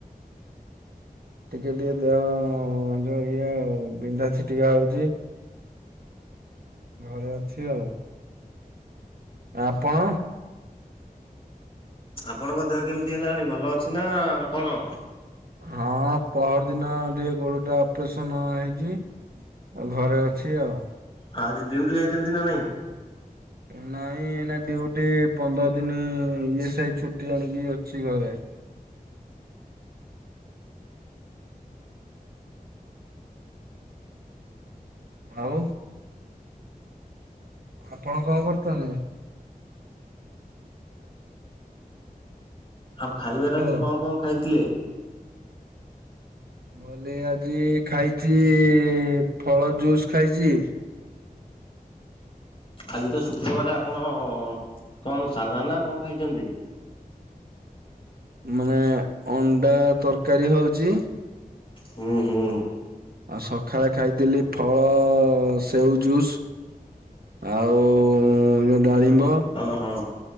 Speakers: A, on the right (about 80°); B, on the left (about 35°).
A: ଟିକେ ଟିକେ ଦେହ ଯୋଉ ଇଏ ଆଉ ବିନ୍ଧା ଛିଟିକା ହୋଉଛି। ଘରେ ଅଛି ଆଉ। ଆପଣ?
B: ଆପଣଙ୍କ ଦେହ କେମିତି ହେଲାଣି ଭଲ ଅଛି ନା କଣ?
A: ହଁ ପହର ଦିନ ଟିକେ ଗୋଡ଼ ଟା ଅପରେସନ୍ ହେଇଛି ଆଉ ଘରେ ଅଛି। କି ଆଉ।
B: ହଁ ଆଜି ଡିଉଟି ଯାଇଛନ୍ତି ନା ନାହିଁ?
A: ନାଇଁ ଏ ନା ଡ଼ିଉଟି ପନ୍ଦର ଦିନ ଇ ଏସ୍ ଆଇ ଛୁଟି ଆଣିକି ଅଛି ଘରେ। ଆଉ ଆପଣ କଣ କରୁଛନ୍ତି?
B: ଆଉ ଖାଇବାରେ
A: ହ୍ୟାଲୋ।
B: ଆଜି କଣ କଣ ଖାଇଥିଲେ?
A: ମୁଁ ହେଲି ଆଜି ଖାଇଛି ଫଳ ଜୁସ୍ ଖାଇଛି।
B: ଆଜି ତ ଶୁକ୍ରବାରେ ଆପଣ କଣ ସାଧ ନା କଣ ଖାଇଛନ୍ତି?
A: ମାନେ ଅଣ୍ଡା ତରକାରୀ ହଉଚି।
B: ହୁଁ ହୁଁ।
A: ଆଉ ସକାଳେ ଖାଇଥିଲି ଫଳ ସେଉ ଜୁସ୍। ଆଉ ଯୋଉ ଡାଳିମ୍ବ
B: ହଁ ହଁ